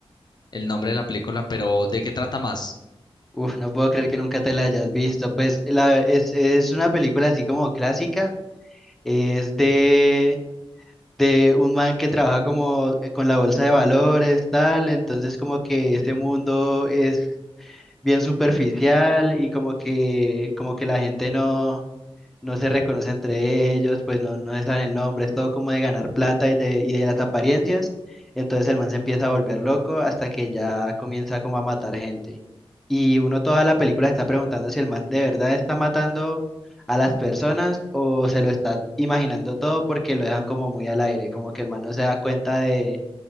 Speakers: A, on the left; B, in the centre.
A: el nombre de la película, pero ¿de qué trata más?
B: Uf, no puedo creer que nunca te la hayas visto. Pues la, es, es una película así como clásica, es de de un man que trabaja como eh, con la bolsa de valores, tal, entonces como que este mundo es bien superficial y como que como que la gente no no se reconoce entre ellos, pues no, no se saben el nombre, es todo como de ganar plata y de, y de las apariencias. Entonces el man se empieza a volver loco hasta que ya comienza como a matar gente. Y uno toda la película se está preguntando si el man de verdad está matando a las personas o se lo está imaginando todo porque lo dejan como muy al aire, como que el man no se da cuenta de,